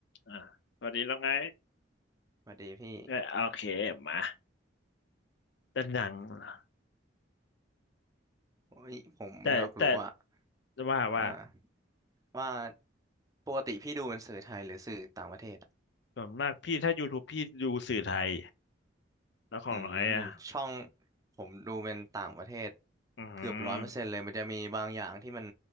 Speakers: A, on the left; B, on the right.
A: อ่าพอดีแล้วไง
B: สวัสดีพี่
A: เออโอเคมาแต่หนังเหรอ
B: โอ้ยผมไม่อยากรู้อะ
A: แต่แต่ว่าว่า
B: อ่าว่าปกติพี่ดูเป็นสื่อไทยหรือสื่อต่างประเทศอะ
A: ส่วนมากพี่ถ้า YouTube พี่ดูสื่อไทยแล้วของน้องไอ้อะ
B: อืมช่องผมดูเป็นต่างประเทศ
A: อืม
B: เกือบร้อยเปอร์เซ็นต์เลยมันจะมีบางอย่างที่มัน